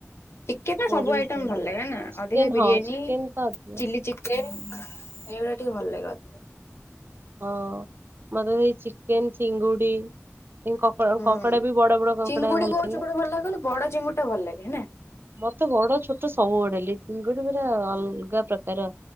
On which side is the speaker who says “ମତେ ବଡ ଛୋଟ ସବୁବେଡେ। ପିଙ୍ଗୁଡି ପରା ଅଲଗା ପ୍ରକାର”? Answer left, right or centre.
Right